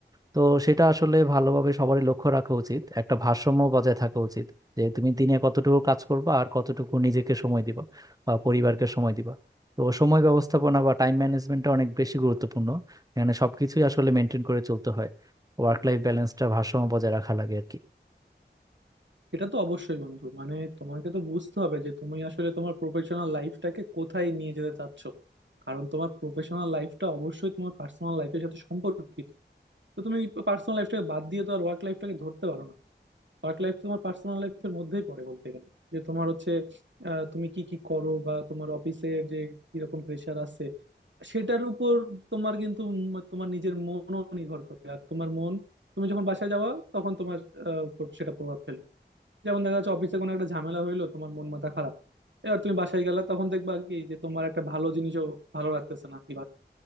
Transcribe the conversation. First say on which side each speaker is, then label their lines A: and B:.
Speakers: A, on the right (about 20°); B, on the right (about 80°).
A: তো সেটা আসলে ভালোভাবে সবারই লক্ষ্য রাখা উচিত একটা ভারসাম্য বজায় থাকা উচিত যে তুমি দিনে কতটুকু কাজ করবা আর কতটুকু নিজেকে সময় দিবা বা পরিবারকে সময় দিবা তো সময় ব্যবস্থাপনা বা টাইম ম্যানেজমেন্টটা অনেক বেশি গুরুত্বপূর্ণ এখানে সবকিছুই আসলে মেনটেন করে চলতে হয় ওয়ার্ক লাইফ ব্যালেন্সটা ভারসাম্য বজায় রাখা লাগে আর কি
B: এটা তো অবশ্যই বন্ধু মানে তোমাকে তো বুঝতে হবে যে তুমি আসলে তোমার প্রফেশনাল লাইফটাকে কোথায় নিয়ে যেতে চাচ্ছ কারণ তোমার প্রফেশনাল লাইফটা অবশ্যই তোমার পার্সোনাল লাইফের সাথে সম্পর্কিত তো তুমি পার্সোনাল লাইফটাকে বাদ দিয়ে তো আর ওয়ার্ক লাইফটাকে ধরতে পারো না ওয়ার্ক লাইফ তোমার পার্সোনাল লাইফের মধ্যেই পড়ে বলতে গেলে যে তোমার হচ্ছে আহ, তুমি কি কি করো বা তোমার অফিসের যে কিরকম প্রেশার আছে সেটার উপর তোমার কিন্তু উম তোমার নিজের মনও নির্ভর করে আর তোমার মন তুমি যখন বাসায় যাওয়া তখন তোমার আহ, উপর সেটা প্রভাব ফেলবে যেমন দেখা যাচ্ছে অফিসে কোনো একটা ঝামেলা হইলো তোমার মন মাথা খারাপ এবার তুমি বাসায় গেলা তখন দেখবা কি যে তোমার একটা ভালো জিনিসও ভালো লাগতেছে না আর কি